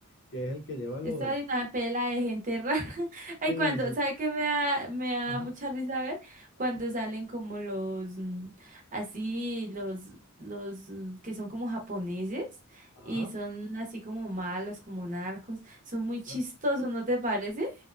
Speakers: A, on the left; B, on the right.
A: que es el que lleva lo
B: Esta
A: de.
B: es una pela de gente rara. <laughs> Ay,
A: Sí,
B: cuando,
A: sí.
B: ¿sabe qué me da, me da
A: Ajá,
B: mucha risa ver? Cuando salen como los, mm, así, los, los mm, que son como japoneses
A: ajá.
B: y son así como malos, como narcos. Son muy chistosos,
A: ajá.
B: ¿no te parece?